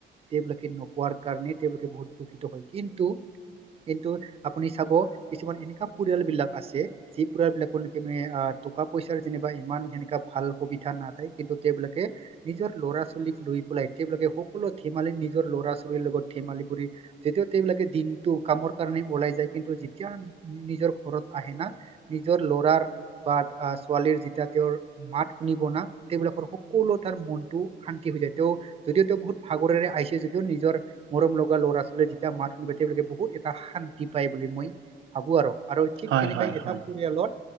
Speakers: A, on the right (about 30°); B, on the right (about 75°).
A: তেওঁলোকে নোপোৱাৰ কাৰণে তেওঁলোকে বহুত দুখিত হয় কিন্তু
B: <inaudible>
A: কিন্তু আপুনি চাব কিছুমান এনেকা পৰিয়ালবিলাক আছে যি পৰিয়ালবিলাকৰ নেকি মানে আ টকা পইচাৰ যেনিবা ইমান সেনেকা ভাল সুবিধা নাথায় কিন্তু তেওঁলোকে নিজৰ ল'ৰা-ছোৱালীক লৈ পেলাই তেওঁলোকে সকলো ধেমালি নিজৰ ল'ৰা-ছোৱালী লগত ধেমালি কৰি যেতিয়াও তেওঁলোকে দিন টো কামৰ কাৰণে ওলাই যায় কিন্তু যেতিয়া নিজৰ ঘৰত আহে না নিজৰ লৰাৰ বাট আ ছোৱালীৰ যেতিয়া তেওঁৰ মাত শুনিব না তেওঁলোকৰ সকলো তাৰ মনটো শান্তি হৈ যা তে তেওঁ যদিও তেওঁ বহুত ভাগৰেৰে আহিছে যদিও নিজৰ মৰম লগা ল'ৰা-ছোৱালী যেতিয়া মাত শুনিব <unintelligible> তেওঁলোকে বহুত এটা শান্তি পায় বুলি মই ভাবো আৰ আৰু ঠিক
B: হয়
A: তেনেকে
B: হয় হয়
A: এটা পৰিয়ালৰ